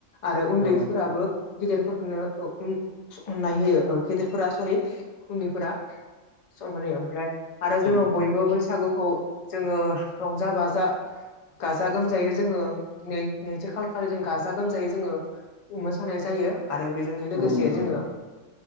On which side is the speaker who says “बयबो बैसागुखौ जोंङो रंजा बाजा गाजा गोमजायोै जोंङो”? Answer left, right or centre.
Left